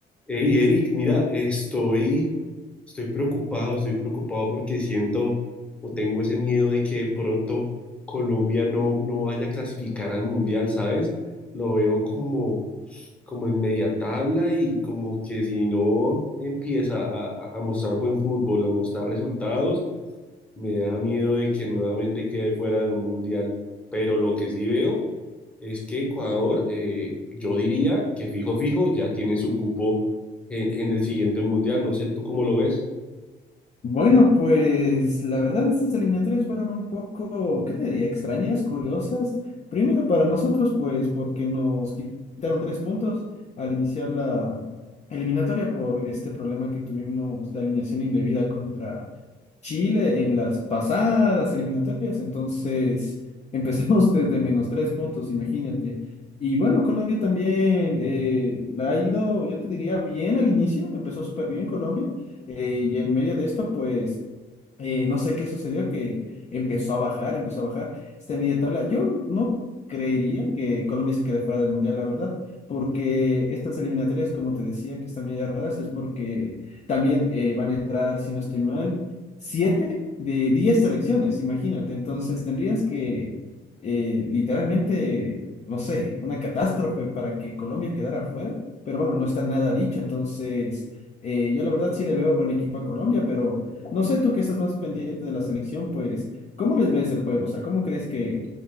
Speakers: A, in the centre; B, on the left.
A: Hey, Eric, mira, estoy, estoy preocupado, estoy preocupado porque siento o tengo ese miedo de que de pronto Colombia no, no vaya a clasificar al mundial, ¿sabes? Lo veo como, como en media tabla y como que si no empieza a, a- a mostrar buen fútbol, a mostrar resultados, me da miedo de que nuevamente quede fuera de un mundial, pero lo que sí veo es que Ecuador, eh, yo diría que fijo, fijo, ya tiene su cupo en, en el siguiente mundial. No sé, ¿tú cómo lo ves?
B: Bueno, pues la verdad estas eliminatorias fueron un poco, ¿qué te diría? Extrañas, curiosas. Primero para nosotros, pues porque nos quitaron tres puntos al iniciar la eliminatoria por este problema que tuvimos de alineación indebida contra Chile en las pasadas eliminatorias. Entonces empezamos <laughs> desde menos tres puntos, imagínate. Y bueno, Colombia también eh, la ha ido, yo te diría, bien al inicio, empezó súper bien Colombia eh, y en medio de esto, pues eh, no sé qué sucedió, que empezó a bajar, empezó a bajar esta media tabla. Yo no creería que Colombia se quede fuera del Mundial, la verdad, porque estas eliminatorias, como te decía, que están media raras, es porque también eh, van a entrar, si no estoy mal, siete de diez selecciones, imagínate. Entonces tendrías que, eh, literalmente, no sé, una catástrofe para que Colombia quedara fuera, pero bueno, no está nada dicho, entonces... eh, yo la verdad sí le veo buen equipo a Colombia, pero no sé tú que estás más pendiente de la selección, pues, ¿cómo les ves el juego? O sea, ¿cómo crees que,